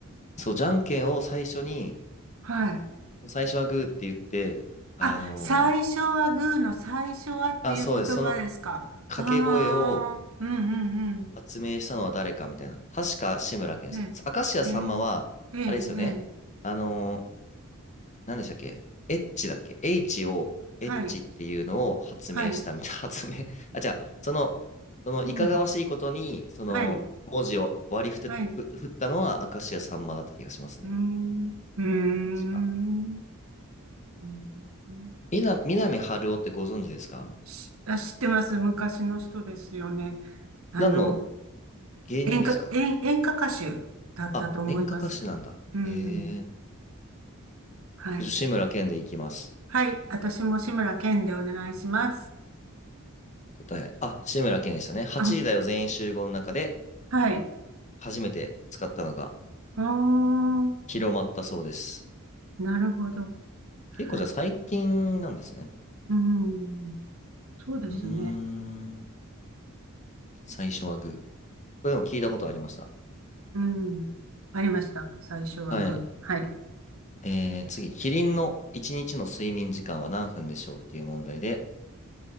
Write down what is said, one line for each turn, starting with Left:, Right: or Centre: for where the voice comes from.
Left: そう、じゃんけんを最初に、
Right: はい。
Left: 最初はグーって言って、あの
Right: あ、最初はグーの最初はっていう言葉ですか。
Left: ーあ、そうです。その掛け声を、
Right: ああ、うんうんうん。
Left: 発明したのは誰かみたいな。確か志村けんですよ。
Right: ねえ、
Left: 明石家さんまは、
Right: ええ、ええ、
Left: あれですよね。
Right: ええ
Left: あのー、何でしたっけエッチだっけ ?H を、エッチっていうのを発明したみたいな。
Right: はい、はい、
Left: <laughs> 発明あ、じゃあ、その、その、
Right: うん、
Left: いかがわしいことに、その、
Right: はい、
Left: 文字を割り振って、
Right: はい、
Left: ふ、
Right: う
Left: 振ったのは明石家さんまだった気がしますね。
Right: ーん、うーん、
Left: 確か。
Right: うーん。
Left: みな、南春夫ってご存知ですか
Right: しあ、知ってます。昔の人ですよね。あの、
Left: 何の芸人ですか
Right: 演歌、演、演歌歌手だったと思います。
Left: あ、演歌歌手なんだ。
Right: うん。
Left: ええ
Right: はい。
Left: 僕、志村けんでいきます。
Right: はい。私も志村けんでお願いします。
Left: 答え。あ、志村けんでしたね。8時だよ全員集合の中で
Right: あ、はい。
Left: 初めて使ったのが
Right: あー、
Left: 広まったそうです。
Right: なるほど。はい。
Left: 結構じゃあ最近なんですね。
Right: うん。そうですね。
Left: うーん。最初はグー。これでも聞いたことありました。
Right: うん。ありました。最初はグー。
Left: はい。
Right: はい。
Left: えー、次。キリンの1日の睡眠時間は何分でしょうっていう問題で、